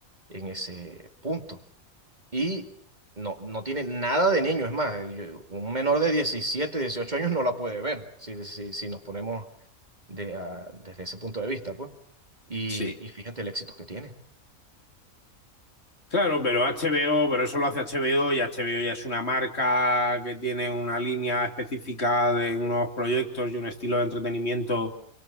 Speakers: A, on the right (about 30°); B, on the left (about 50°).
A: en ese punto. Y no, no tiene nada de niño, es más, yo- un menor de 17 18 años no la puede ver, si, si, si nos ponemos de, ah, desde ese punto de vista, pues. Y,
B: sí,
A: y fíjate el éxito que tiene.
B: Claro, pero HBO, pero eso lo hace HBO y HBO ya es una marca que tiene una línea específica de unos proyectos y un estilo de entretenimiento